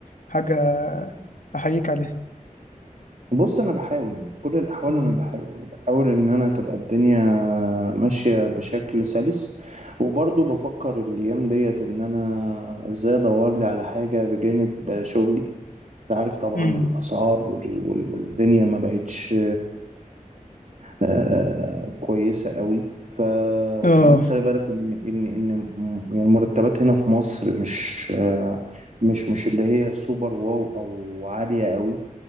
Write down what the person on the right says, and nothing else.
بص انا بحاول يعني في كل الاحوال
انا بحاول وبحاول ان انا تبقى الدنيا ماشيه بشكل سلس وبرضه بفكر الايام ديت ان انا ازاي ادور لي على حاجه بجانب شغلي انت عارف طبعا
الاسعار وال- وال- والدنيا ما بقتش آه كويسة قوي ف وكمان
خلي بالك ان ان ان م- يعني المرتبات هنا في مصر مش آه مش مش اللي هي سوبر واو او عالية قوي